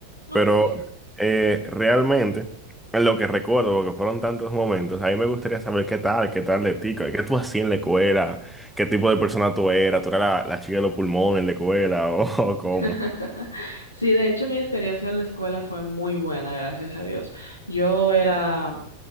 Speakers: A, on the left; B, in the centre.
A: Ok.
B: Pero eh, realmente, en lo que recuerdo, porque fueron tantos momentos, a mí me gustaría saber qué tal, qué tal de ti, qué tú hacías en la escuela, qué tipo de persona tú eras, tú eras la, la chica de los pulmones en la escuela o, <laughs> o cómo.
A: <laughs> Sí, de hecho mi experiencia en la escuela fue muy buena, gracias a Dios. Yo era